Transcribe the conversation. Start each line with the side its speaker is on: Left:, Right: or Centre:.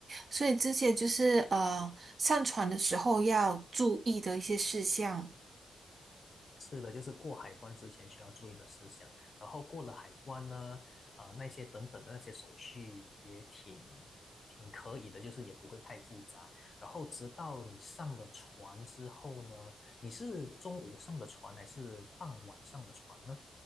Right: 所以这些就是呃，上船的时候要注意的一些事项。
Left: 是的，就是过海关之前需要注意的事项，然后过了海关呢，啊、那些等等的那些手续也挺挺可以的，就是也不会太复杂。然后直到你上了船之后呢，你是中午上的船还是傍晚上的船呢？